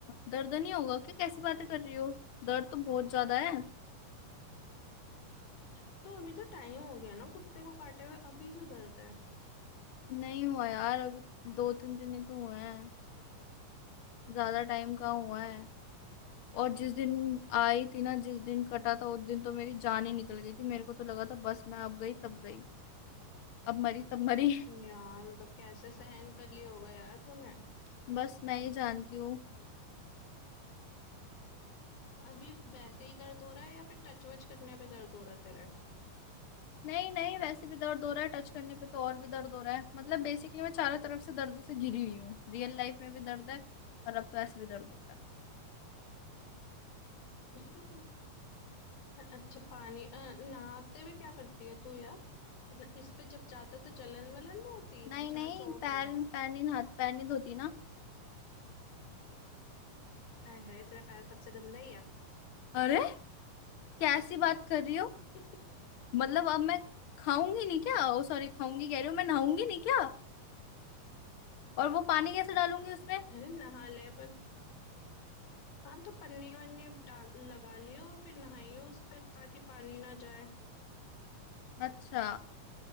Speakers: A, on the left; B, on the left.
A: दर्द नहीं होगा क्या कैसी बातें कर रही हो दर्द तो बहुत ज्यादा है
B: तो अभी तो टाइम हो गया ना कुत्ते को काटे हुए अभी क्यों दर्द है
A: नहीं हुआ यार अभी दो तीन दिन ही तो हुए हैं ज्यादा टाइम कहाँ हुआ है और जिस दिन आई थी ना जिस दिन कटा था उस दिन तो मेरी जान ही निकल गई थी मेरे को तो लगा था बस मैं अब गई तब गई अब मरी तब मरी
B: यार मतलब कैसे सहन कर लिया होगा यार तूने
A: <laughs> बस मैं ही जानती हूँ
B: अभी वैसे ही दर्द हो रहा है या फिर टच वच करने पे दर्द हो रहा है
A: नहीं नहीं वैसे भी दर्द हो रहा है टच करने पे तो और भी दर्द हो रहा है मतलब बेसिकली मैं चारों तरफ से दर्द से घिरी हुई हूँ रियल लाइफ में भी दर्द है और अब तो ऐसे भी दर्द होगा
B: तेरे <laughs> अच्छा पानी अ, नहाते हुए क्या करती है तू यार न- इस पे जब जाता तो जलन वलन नहीं होती
A: नहीं
B: जहाँ
A: नहीं
B: चोट
A: पैर
B: है
A: पैर नहीं हाथ पैर नहीं धोती ना
B: आय है तेरा पैर सबसे गंदा ही है
A: अरे कैसी बात कर रही हो
B: <laughs>
A: मतलब अब मैं खाऊंगी नहीं क्या ओ सॉरी खाऊंगी कह रही हूँ मैं नहाऊंगी नहीं क्या और वो पानी कैसे डालूंगी उसमें
B: अरे नहा ले पर हाँ तो पन्नी वन्नी डाल लगा लियो फिर नहाइयो उस पे ताकि पानी ना जाए
A: अच्छा